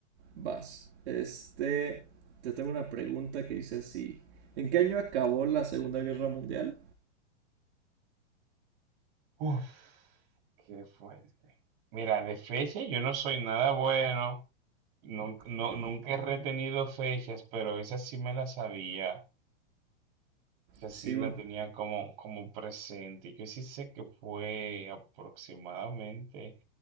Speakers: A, on the right (about 65°); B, on the right (about 50°).
A: Vas. Este, te tengo una pregunta que dice así. ¿En qué año acabó la Segunda Guerra Mundial?
B: Uf, qué fuerte. Mira, de fecha yo no soy nada bueno. Nun- no-
A: Ok.
B: nunca he retenido fechas, pero esa sí me la sabía. Esa sí
A: Sí,
B: la
A: un
B: tenía como, como presente. Yo sí sé que fue aproximadamente